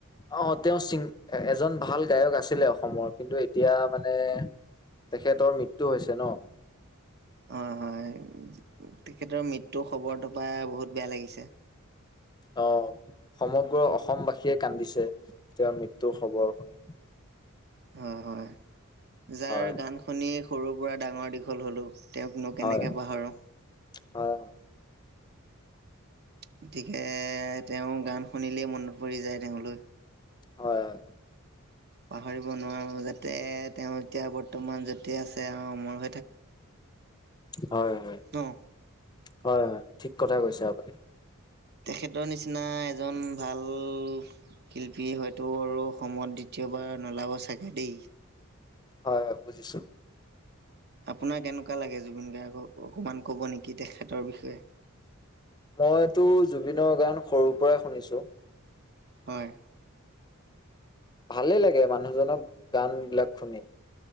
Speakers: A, on the left (about 20°); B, on the right (about 50°).
A: অ তেওঁ ছিংগ এজন ভাল গায়ক আছিলে অসমৰ কিন্তু এতিয়া মানে তেখেতৰ মৃত্যু হৈছে ন
B: হয় হয় তেখেতৰ মৃত্যুৰ খবৰটো পাও বহুত বেয়া লাগিছে
A: অ সমগ্ৰ অসমবাসীয়ে কান্দিছে তেওঁৰ মৃত্যুৰ খবৰ শুনি
B: হয় হয় যাৰ
A: হয়
B: গান শুনি সৰুৰ পৰা ডাঙৰ দীঘল হ'লোঁ তেওঁকনো কেনেকৈ
A: হয়
B: পাহৰোঁ
A: হয়
B: গতিকে তেওঁ গান শুনিলেই মনত পৰি যায় তেওঁলৈ
A: হয় হয়
B: পাহৰিব নোৱাৰো যাতে তেওঁ এতিয়া বৰ্তমান য'তে আছে আৰু আমৰ
A: হয় হয়
B: ন
A: হয় হয় ঠিক কথা কৈছে আপুনি
B: তেখেতৰ নিচিনা এজন ভাল শিল্পী হয়তো আৰু অসমত দ্বিতীয়বাৰ নোলাব চাগে দেই
A: হয় হয় বুজিছো
B: আপোনাৰ কেনেকুৱা লাগে জুবিন গাৰ্গক অকণমান ক'ব নেকি তেখেতৰ বিষয়ে
A: মইতো জুবিনৰ গান সৰুৰ পৰাই শুনিছো
B: হয়
A: ভালে লাগে মানুহজনক গান বিলাক শুনি